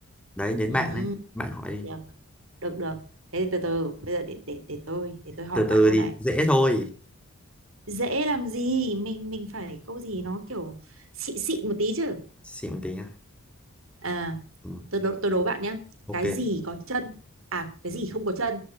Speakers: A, in the centre; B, on the right.
A: đấy đến
B: ừ,
A: bạn ấy bạn hỏi
B: được
A: đi
B: được được thế từ từ bây giờ để để để tôi để tôi hỏi
A: từ
B: bạn
A: từ
B: câu
A: thì
B: này
A: dễ thôi
B: dễ làm gì mình mình phải câu gì nó kiểu xịn xịn một tí chứ
A: xịn một tí nhá
B: à
A: ừ.
B: tôi đố, tôi đố bạn nhé
A: ok
B: cái gì có chân à cái gì không có chân